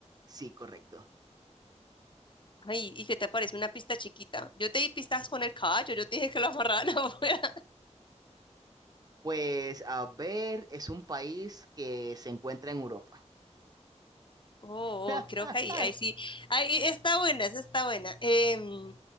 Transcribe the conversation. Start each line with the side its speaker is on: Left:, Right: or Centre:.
Right: Sí, correcto.
Left: Ay, ¿y qué te parece una pista chiquita? Yo te di pistas con el caballo, yo te dije que lo amarraban <laughs> afuera.
Right: Pues a ver, es un país que se encuentra en Europa.
Left: Oh,
Right: <laughs>
Left: oh, creo que ahí, ahí sí. Ahí está buena, esa está buena. Em,